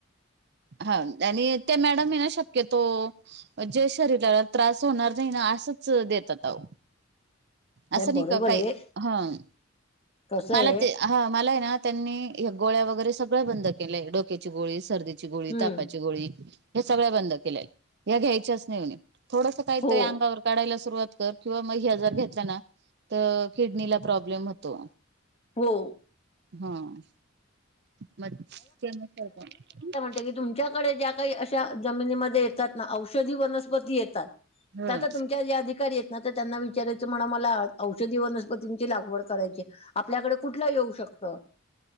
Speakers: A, on the right; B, on the left.
A: हा आणि ते मॅडम है ना शक्यतो जे शरीराला त्रास होणार नाही ना असंच देतात आहो असं नाही
B: बरोबर
A: का काही,
B: आहे
A: हम्म,
B: कसं
A: मला
B: आहे
A: ते हा, मला आहे ना त्यांनी हे गोळ्या वगैरे सगळं बंद केलंय, डोक्याची गोळी, सर्दी ची गोळी,
B: हम्म
A: तापाची गोळी, हे सगळ्या बंद केल्या, या घ्यायच्याच नाही म्हणे थोडस काहीतरी
B: हो
A: अंगावर काढाला सुरुवात कर किंवा म हे आजार घेत लना, तर किडनीला प्रॉब्लेम होतो.
B: हो.
A: हम्म. म त्यानं काय होत? हम्म.
B: त्या की तुमच्याकडे ज्या काही अशा जमिनीमध्ये येतात ना, औषधी वनस्पती येतात त्या
A: ह
B: तर तुमच्या जे अधिकारी आहेत ना, त्यांना विचारायच म्हणाव मला औषधी वनस्पतींची लागवड करायचिय आपल्याकडे कुठल्या येऊ शकत?